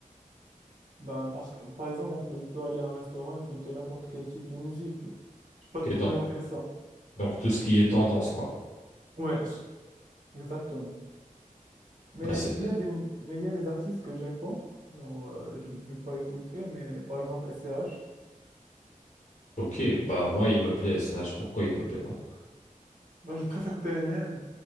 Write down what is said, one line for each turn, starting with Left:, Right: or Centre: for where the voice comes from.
Right: Ben, parce que, par exemple, on peut, je peux aller à un restaurant et écouter n'importe quel type de musique, tu vois. J'ai pas
Left: Ok,
Right: de problème
Left: donc,
Right: avec ça.
Left: donc tout ce qui est tendance, quoi.
Right: Ouais, je- exactement. Mais
Left: Bah, c'est-
Right: il y a des, mu- mais il y a des artistes que j'aime pas, genre, euh, je vais pas écouter, mais par exemple, S C H
Left: ok, bah, moi, il me plaît, C H. pourquoi il te plaît pas?
Right: Ben, je préfère P N L